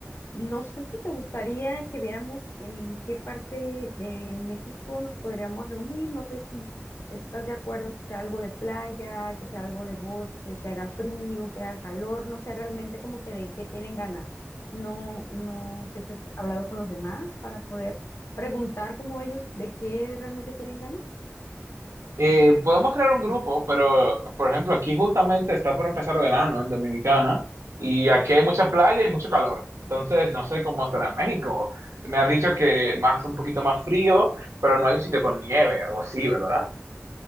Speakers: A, on the left; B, on the right.
A: No sé si te gustaría que viéramos en qué parte de México nos podríamos reunir. No sé si estás de acuerdo que sea algo de playa, que sea algo de bosque, que haga frío, que haga calor. No sé realmente como que de qué tienen ganas. No, no sé si has hablado con los demás para poder preguntar como ellos de qué realmente tienen ganas.
B: Eh, podemos crear un grupo, pero por ejemplo, aquí justamente está por empezar verano en Dominicana y aquí hay mucha playa y mucho calor. Entonces, no sé cómo será en México. Me has dicho que más un poquito más frío, pero no hay un sitio con nieve, algo así, ¿verdad?